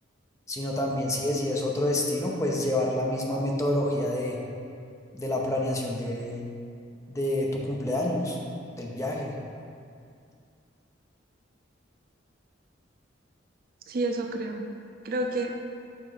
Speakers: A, on the left (about 15°); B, on the right (about 50°).
A: sino también si es, si es otro destino, pues llevar la misma metodología de, de la planeación de, de tu cumpleaños, del viaje.
B: Sí, eso creo. Creo que